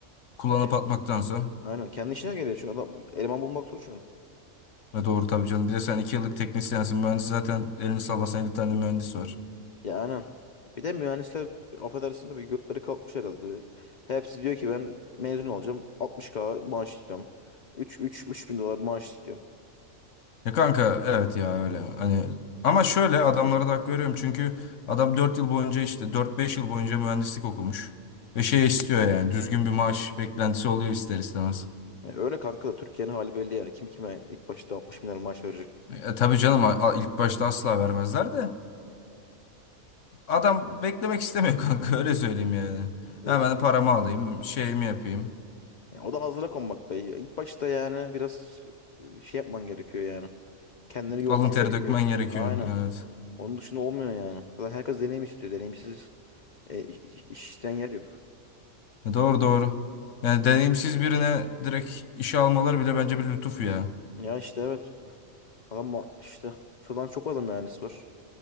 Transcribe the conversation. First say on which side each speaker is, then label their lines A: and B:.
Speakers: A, on the left (about 65°); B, on the left (about 45°).
A: Kullanıp
B: Ya ke-
A: atmaktansa.
B: aynen. Kendi işine geliyor çünkü adam eleman bulmak zor şu an.
A: Ve doğru tabii canım. Bir de sen iki yıllık teknisyensin. Mühendis zaten elini sallasan 50 tane mühendis var.
B: Ya aynen. Bir de mühendisler affedersin de bir götleri kalkmış herhalde. Hepsi diyor ki ben mezun olacağım. 60K maaş istiyorum. 3 3 bin dolar maaş istiyorum.
A: Ya kanka evet ya öyle hani ama şöyle adamlara da hak veriyorum çünkü adam 4 yıl boyunca işte dört beş yıl boyunca mühendislik okumuş ve şey istiyor yani düzgün bir maaş beklentisi oluyor ister istemez.
B: Ya öyle kanka da Türkiye'nin hali belli yani. Kim kime ilk başta 60 bin lira maaş verecek.
A: E, tabii canım a- a- ilk başta asla vermezler de adam beklemek istemiyor <laughs> kanka öyle söyleyeyim yani.
B: E,
A: Hemen
B: ben-
A: paramı alayım şeyimi yapayım
B: ya o da hazıra konmak be. İlk başta yani biraz e, şey yapman gerekiyor yani. Kendini yorman
A: alın teri
B: gerekiyor.
A: dökmen gerekiyor
B: Aynen.
A: evet
B: Onun dışında olmuyor yani. Zaten herkes deneyim istiyor. Deneyimsiz e, iş, iş isteyen yer yok.
A: E, doğru doğru yani deneyimsiz birine direkt işe almaları bile bence bir lütuf ya.
B: Ya işte evet. Adam ma- işte şuradan çok fazla mühendis var.